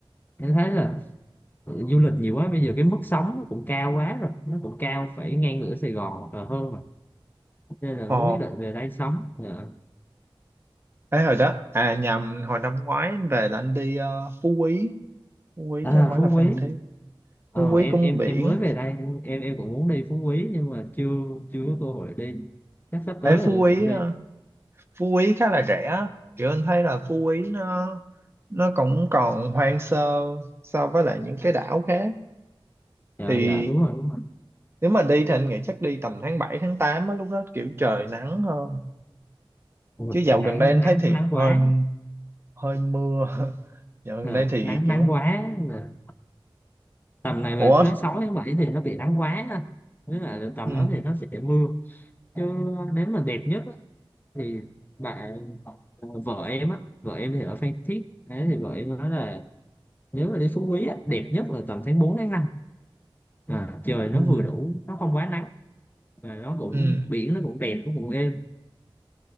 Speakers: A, on the left; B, on the right.
A: em thấy là ừ, du lịch nhiều quá bây giờ cái mức sống nó cũng cao quá rồi nó cũng cao phải ngang ngửa Sài Gòn hoặc là hơn mà nên là
B: Ờ
A: mới quyết định về đây sống Ờ.
B: ấy hồi đó à nhầm hồi năm ngoái anh về là anh đi ờ, Phú Quý Phú Quý
A: à,
B: chứ không phải
A: Phú
B: là Phan
A: Quý
B: Thiết
A: ờ,
B: Phú Quý
A: em
B: cũng
A: em
B: biển
A: em mới về đây em em cũng muốn đi Phú Quý nhưng mà chưa chưa có cơ hội đi chắc sắp
B: Ê,
A: tới
B: Phú
A: là
B: Quý
A: cũng đi
B: ờ, Phú Quý khá là rẻ á. kiểu anh thấy là Phú Quý nó nó cũng còn hoang sơ so với lại những cái đảo khác
A: dạ
B: thì
A: dạ đúng rồi đúng rồi
B: nếu mà đi thì anh nghĩ chắc đi tầm tháng 7 tháng 8 á lúc đó kiểu trời nắng hơn
A: Ôi,
B: chứ dạo
A: nắng
B: gần đây anh
A: nắng
B: thấy thì
A: nắng
B: hơi
A: quá
B: hơi mưa <laughs> dạo gần
A: Ờ,
B: đây thì
A: nắng
B: kiểu
A: nắng quá Ờ, tầm này mà
B: ủa
A: tới 6 tháng 7 thì nó bị nắng quá ha. Nghĩa là tầm
B: ừ
A: đó thì nó sẽ mưa chứ nếu mà đẹp nhất á, thì bạn ờ, vợ em á vợ em thì ở Phan Thiết đấy thì vợ em nói là nếu mà đi Phú Quý á, đẹp nhất là tầm tháng bốn tháng năm à, trời nó
B: ừ
A: vừa đủ nó không quá nắng và nó cũng
B: ừ
A: biển nó cũng đẹp nó cũng êm